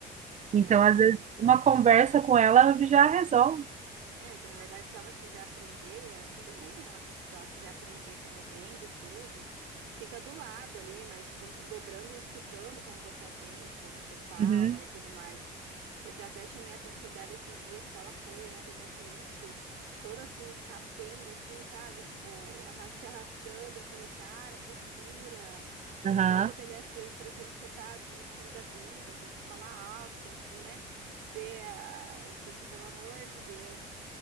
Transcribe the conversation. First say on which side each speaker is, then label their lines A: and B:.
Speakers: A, on the right; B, on the right.
A: né?
B: Então,
A: É,
B: às vezes, uma conversa com ela já resolve.
A: É, que na verdade, se ela quiser aprender, é- tudo bem, né? Ela, quis- se ela quiser aprender como vende tudo, fica do lado ali, mas, tipo, isso- dobrando e escutando como você atende, como você fala
B: Uhum,
A: e tudo mais. Porque eu até chamei a atenção dela esses dias que ela foi é, atender a cliente toda assim, capenga, assim, sabe? Tipo, arra- se arrastando. Eu falei, cara, postura. Você
B: aham,
A: não pode atender as clientes parecendo que você tá desistindo da vida, tem que falar alto, tem que, né? ter a- Porque, pelo amor de Deus.